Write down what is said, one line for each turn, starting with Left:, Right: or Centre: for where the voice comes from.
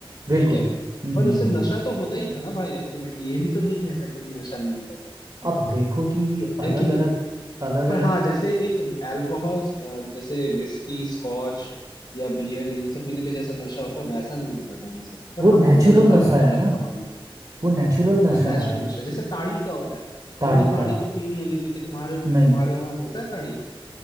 Right: बिल्कुल
Left: ठीक है
Right: हम्म
Left: पर
Right: हम्म
Left: उससे
Right: हम्म।
Left: नशा तो होता ही था ना भाई अल्टीमेटली ये भी तो नहीं कह सकते कि नशा नहीं होता था
Right: अब देखो कि अलग
Left: है कि नहीं
Right: अलग अलग
Left: पर
Right: अलग
Left: हाँ जैसे एक अल्कोहल जैसे विस्की स्कॉच या बियर ये इन सब पीने पे जैसा नशा होता है वैसा नहीं होता था उनसे पर
Right: वो
Left: हाँ
Right: नेचुरल
Left: होता तो था
Right: नशा
Left: हल्का
Right: है
Left: हल्का
Right: ना
Left: माइंड
Right: वो नेचुरल नशा
Left: अननेचुरल
Right: है
Left: नशा जैसे ताड़ी क्या होता है
Right: ताड़ी
Left: तुमने ताड़ी
Right: का
Left: तो पी नहीं होगी क्योंकि तुम्हारे
Right: नहीं
Left: तुम्हारे वहां होता है ताड़ी